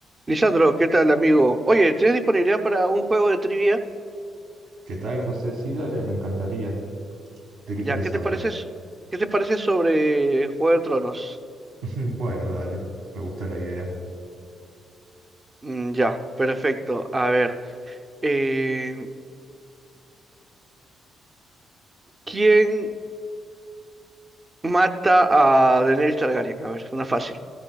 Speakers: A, on the right; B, on the right.
A: Lisandro, ¿qué tal, amigo? Oye, ¿tienes disponibilidad para un juego de trivia?
B: ¿Qué tal, José? Sí, dale, me encantaría. ¿De qué
A: Ya,
B: querés
A: ¿qué te
B: hablar?
A: Sí, parece, sí, s- qué te parece sobre Juego de Tronos?
B: <laughs> Bueno, dale, me gusta la idea.
A: Mm, ya, perfecto. A ver, eh, ¿quién mata a Daenerys Targaryen? A ver, una fácil.